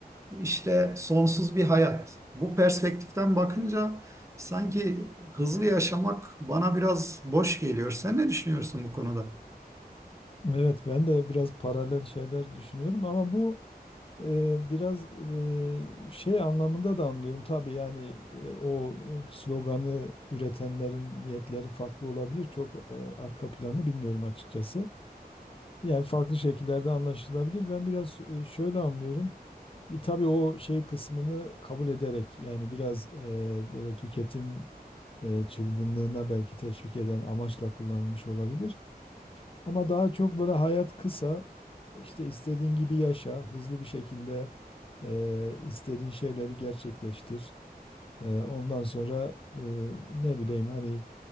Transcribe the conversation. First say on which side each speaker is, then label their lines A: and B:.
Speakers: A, on the right; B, on the left.
A: işte sonsuz bir hayat. Bu perspektiften bakınca sanki hızlı yaşamak bana biraz boş geliyor. Sen ne düşünüyorsun bu konuda?
B: Evet ben de biraz paralel şeyler düşünüyorum ama bu e, biraz e, şey anlamında da anlıyorum. Tabii yani e, o sloganı üretenlerin niyetleri farklı olabilir. Çok e, arka planı bilmiyorum açıkçası. Yani farklı şekillerde anlaşılabilir. Ben biraz e, şöyle anlıyorum. E, tabii o şey kısmını kabul ederek yani biraz e, böyle tüketim e, çılgınlığına belki teşvik eden amaçla kullanılmış olabilir. Ama daha çok böyle hayat kısa, işte istediğin gibi yaşa, hızlı bir şekilde e, istediğin şeyleri gerçekleştir. E, ondan sonra e, ne bileyim hani